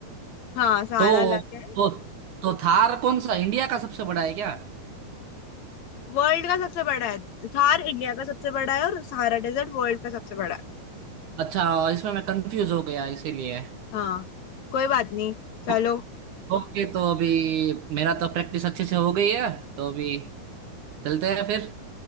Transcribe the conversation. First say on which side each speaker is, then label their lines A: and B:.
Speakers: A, on the left (about 55°); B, on the right (about 65°).
A: हाँ सहारा
B: तो
A: अलग है
B: तो तो थार कौन सा इंडिया का सबसे बड़ा है क्या
A: वर्ल्ड का सबसे बड़ा है थार इंडिया का सबसे बड़ा है और सहारा डेजर्ट वर्ल्ड का सबसे बड़ा है
B: अच्छा इसमें मैं कंफ्यूज हो गया इसीलिए
A: हाँ कोई बात नहीं चलो
B: ओ- ओके तो अभी मेरा तो प्रैक्टिस अच्छे से हो गई है तो अभी चलते हैं फिर